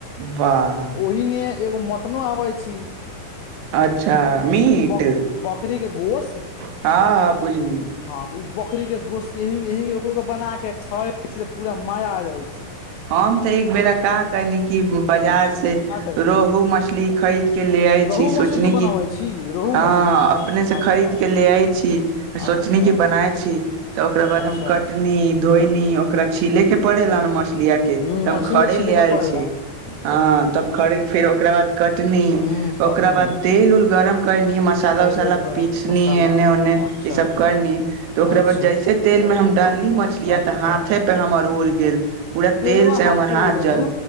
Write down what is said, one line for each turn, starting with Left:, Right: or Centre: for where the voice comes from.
Right: बाह
Left: ओहिमे एगो मटनो आबै छी
Right: अच्छा मीट
Left: बक बकरी के गोश्त
Right: हँ हँ बुझनी
Left: हँ तऽ ओ बकरी के गोश्त केो के बना के खाे छी त पूरा मजा आ जाइ छै
Right: हम तऽ एक बेरा क क न कि
Left: हूँ
Right: बाजार से
Left: का कहना
Right: रोहु मछली खरीद के ले आय
Left: रोहु
Right: छी
Left: मछली
Right: सोचनी
Left: तू बनाबै
Right: क
Left: छी रोहु
Right: हँ
Left: मछली
Right: अपने
Left: अच्छा
Right: खरीद के ले आय छी सोचनी
Left: अच्छा
Right: क बनाय छी तऽ ओकरा बाद
Left: अच्छा
Right: हम कटनी
Left: ह
Right: धोईल ओकरा छीले के पड़े ल मछली त
Left: ह मछली
Right: खड़े
Left: तऽ छिले
Right: ले आयल
Left: के पड़ेला
Right: छी ह त ओकरा बाद कटनी
Left: ह कटनी
Right: ओकरा बाद तेल उल गरम कयनी कर मसाला
Left: तेल
Right: उसाला
Left: उल गरम
Right: पीसनी
Left: मसाला
Right: एने ओने
Left: अच्छा
Right: ई सब करनी तऽ ओकरा
Left: अच्छा
Right: बाद जइसे से तेल मे हम डालली मछली
Left: अच्छा
Right: तऽ हाथे पे हमर उड़ि गेल पूरा
Left: तेल ब
Right: से हमर
Left: हाथ पे उड़ि गेल
Right: जल